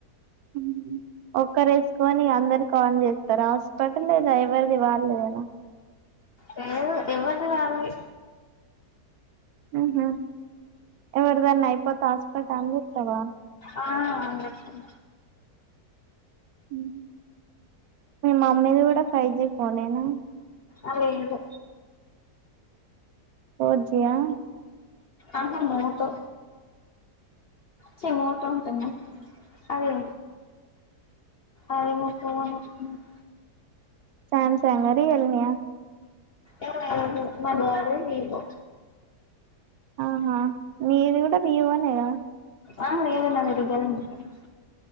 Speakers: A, on the right; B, on the left.
A: మ్మ్ ఒక్కరు వేసుకొని అందరికి ఆన్ చేత్తరా హాస్పాట్ లేదా ఎవరిది వాళ్ళదేనా,
B: లేదు ఎవరిది వాళ్ళది
A: ఆహ ఎవర్దన్నా ఐపోతే హాస్పాట్ ఆన్ జేత్తవా
B: ఆ ఆన్ జేత్తం
A: హ్మ్మ్ మీ మమ్మీది కూడా ఫైవ్ జి ఫోన్ ఏనా
B: అదేదో
A: ఫోర్జీయా
B: ఆహా మాతో చిన్నోట ఉంటున్నా అదే ఐనాతో <unintelligible>
A: సామ్సంగా రియల్మీ ఆ
B: ఏ <unintelligible> మా డాడీ నేను
A: ఆహా మీది కూడా వివోనే గా
B: ఆ ఏ మా దగ్గర ఇద్దరే ఉన్నారు